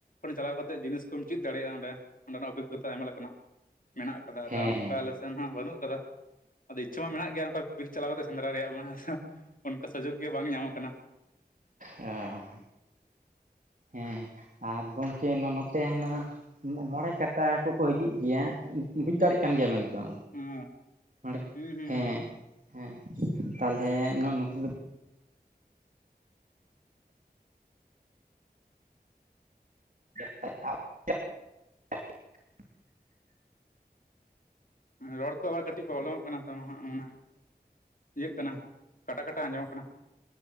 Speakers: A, on the left (about 55°); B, on the right (about 55°).
A: ᱪᱟᱞᱟᱣ ᱠᱟᱛᱮ ᱡᱤᱱᱤᱥ ᱠᱚᱢ ᱪᱮᱫ ᱫᱟᱲᱮᱭᱟᱜᱼᱟ ᱚᱸᱰᱮ ᱚᱸᱰᱮᱱᱟᱜ ᱚᱵᱷᱤᱜᱚᱛᱟ ᱟᱭᱢᱟ ᱞᱮᱠᱟᱱᱟᱜ ᱢᱮᱱᱟᱜ ᱠᱟᱫᱟ ᱟᱫᱚ
B: ᱦᱮᱸ
A: ᱚᱱᱠᱟ ᱟᱞᱮ ᱥᱮᱱ ᱦᱚᱸ ᱵᱟᱹᱱᱩᱜ ᱠᱟᱫᱟ ᱾ ᱟᱫᱚ ᱤᱪᱪᱷᱟᱹ ᱢᱟ ᱢᱮᱱᱟᱜ ᱜᱮᱭᱟ ᱠᱟᱜ ᱵᱤᱨ ᱪᱟᱞᱟᱣ ᱠᱟᱛᱮ ᱥᱮᱸᱫᱽᱨᱟ ᱨᱮᱭᱟᱜ ᱢᱟ ᱚᱱᱠᱟ ᱥᱩᱡᱳᱜᱽ ᱜᱮ ᱵᱟᱝ ᱧᱟᱢᱚᱜ ᱟᱠᱟᱱᱟ ᱾
B: ᱦᱮᱸ ᱦᱮᱸ ᱟᱨ ᱜᱚᱝᱠᱮ ᱱᱚᱛᱮ ᱦᱮᱱᱟᱹᱝ ᱢᱚᱬᱮ ᱠᱟᱴᱟ ᱠᱚᱠᱚ ᱦᱤᱡᱩᱜ ᱜᱮᱭᱟ ᱵᱩᱡ ᱫᱟᱲᱮᱭᱟᱜ ᱠᱟᱱ ᱜᱮᱭᱟ ᱵᱮᱱ ᱛᱚ
A: ᱦᱩᱸ
B: ᱱᱚᱰᱮ
A: ᱦᱩᱸ ᱦᱩᱸ
B: ᱦᱮᱸ ᱦᱮᱸ ᱛᱟᱞᱦᱮ ᱱᱚᱛᱮ ᱫᱚ <inaudible>
A: ᱨᱚᱲ ᱛᱚ ᱠᱟᱹᱴᱤᱡ ᱯᱨᱚᱵᱞᱮᱢ ᱠᱟᱱᱟ ᱛᱚ ᱦᱟᱸᱜ ᱚᱱᱟ ᱤᱭᱟᱹᱜ ᱠᱟᱱᱟ ᱠᱟᱴᱟ ᱠᱟᱴᱟ ᱟᱸᱡᱚᱢᱚᱜ ᱠᱟᱱᱟ